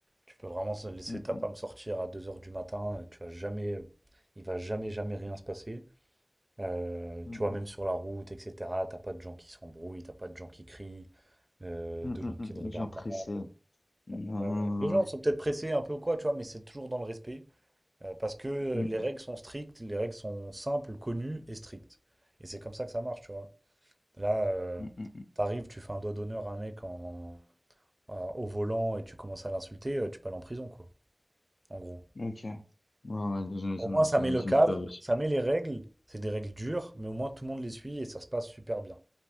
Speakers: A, on the right; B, on the left.
A: Tu peux vraiment se- laisser
B: Mhm.
A: ta femme sortir à deux heures du matin. euh, Tu vas jamais, il va jamais, jamais rien se passer. Euh,
B: Mhm.
A: tu vois, même sur la route, etc. T'as pas de gens qui s'embrouillent, t'as pas de gens qui crient, euh,
B: Mhm.
A: de gens qui
B: Mhm.
A: te
B: Des
A: regardent
B: gens pressés.
A: mal.
B: Non.
A: Ouais, ouais. Les gens sont peut-être pressés un peu ou quoi, tu vois, mais c'est toujours dans le respect. euh, parce que
B: Mm-hmm.
A: les règles sont strictes, les règles sont simples, connues et strictes. Et c'est comme ça que ça marche, tu vois. Là, euh,
B: Mm-hmm.
A: t'arrives, tu fais un doigt d'honneur à un mec en euh, au volant et tu commences à l'insulter, euh, tu peux aller en prison, quoi, en gros.
B: Ok. Ouais, ouais, les gens, ils
A: Au moins,
B: ont,
A: ça
B: enfin,
A: met le
B: ils
A: cadre,
B: ont peur aussi.
A: ça met les règles. C'est des règles dures, mais au moins tout le monde les suit et ça se passe super bien.